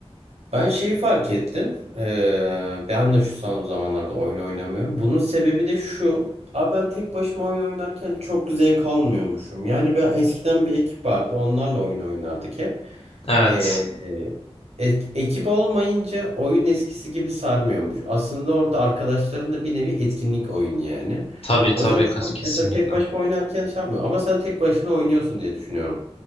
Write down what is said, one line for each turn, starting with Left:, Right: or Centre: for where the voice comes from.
Right: Ben şeyi fark ettim. Ee, ben de şu son zamanlarda oyun oynamıyorum. Bunun sebebi de şu. Abi ben tek başıma oyun oynarken çok zevk almıyormuşum. Yani ben eskiden bir ekip vardı. Onlarla oyun oynardık hep.
Left: Evet.
Right: Ee, e, ek- ekip olmayınca oyun eskisi gibi sarmıyormuş. Aslında orada arkadaşlarınla bir nevi etkinlik oyun yani.
Left: Tabii tabii
Right: O yüzden
Left: kas
Right: şu an
Left: kesinlikle.
Right: mesela tek başıma oynarken şey yapmıyorum. Ama sen tek başına oynuyorsun diye düşünüyorum.